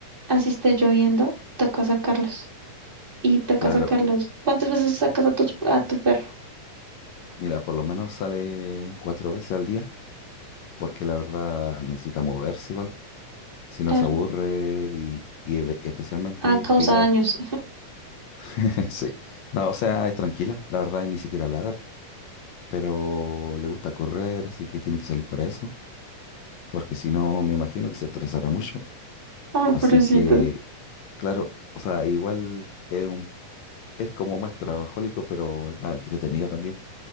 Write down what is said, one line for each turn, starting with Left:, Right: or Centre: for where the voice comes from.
Right: Así esté lloviendo, toca sacarlos. Y toca
Left: claro,
Right: sacarlos. ¿Cuántas veces sacas a tu, a tu perro?
Left: mira, por lo menos sale cuatro veces al día, porque la verdad necesita moverse igual, si no
Right: Claro.
Left: se aburre y, y de- especialmente
Right: Ah, causa
Left: ella,
Right: daños.
Left: <laughs> sí, no, o sea, es tranquila, la verdad, y ni siquiera ladra, pero le gusta correr, así que tiene que salir para eso. porque si no me imagino que se estresará mucho.
Right: Ay,
Left: Así
Right: pobrecito.
Left: que, claro, o sea, igual es un, es como más trabajólico, pero es más entretenido también.